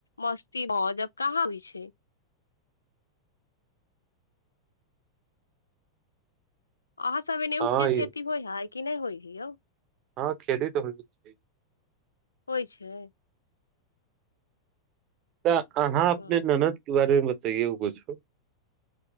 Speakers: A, on the left; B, on the right.
A: मस्ती मौजब कहाँ भइ छै अहाँ सब एने ऊख
B: हँ
A: के खेती होय हैय कि ने होई ही ओ
B: हँ खेती तऽ होइ छै
A: होइ छै
B: तऽ अहाँ अपने
A: ओ
B: ननद के बारे मे <unintelligible>